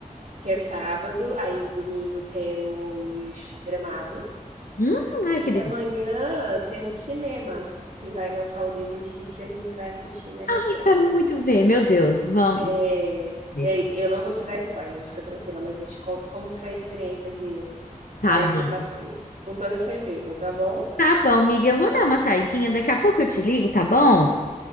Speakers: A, on the right; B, on the left.
A: Que é sábado, aí domingo temos Gramado.
B: Hum, ai,
A: E
B: que delícia.
A: amanhã temos cinema, que vai lançar o Lilo e Stitch e a gente vai assistir na estreia.
B: Ai, quero muito ver. Meu Deus, vamos
A: É,
B: ver.
A: é, eu não vou te dar spoiler, fica tranquila, mas eu te conto como que foi a experiência de
B: Tá
A: dar esse
B: bom.
A: passeio. Com toda certeza, tá bom?
B: Tá bom, amiga, eu vou dar uma saidinha, daqui a pouco eu te ligo, tá bom?